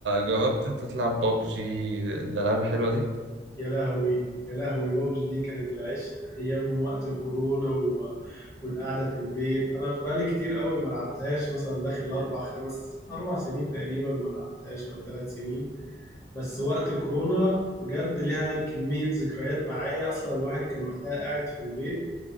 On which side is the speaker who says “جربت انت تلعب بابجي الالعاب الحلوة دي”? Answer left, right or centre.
Right